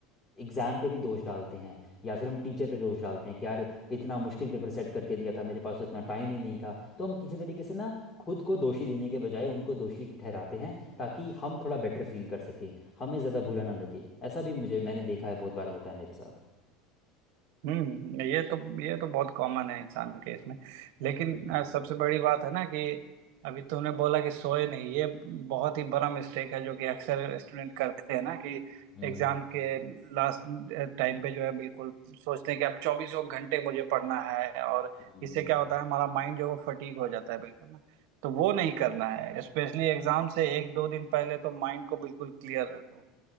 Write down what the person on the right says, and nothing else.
हम्म ये तो ये तो बहुत कॉमन है इंसान के इसमें लेकिन
अ, सबसे बड़ी बात है ना कि अभी तुमने बोला कि सोए नहीं ये बहुत ही बड़ा मिस्टेक है जो कि अक्सर स्टूडेंट करते हैं ना कि
एग्जाम के लास्ट टाइम पे जो है बिल्कुल सोचते हैं कि अब चौबीसों घंटे मुझे पढ़ना है और
इससे क्या होता है हमारा माइंड जो है वो फटीग हो जाता है बिल्कुल ना तो वो नहीं करना है स्पेशली एग्जाम से एक दो दिन पहले तो माइंड को बिल्कुल क्लियर रखो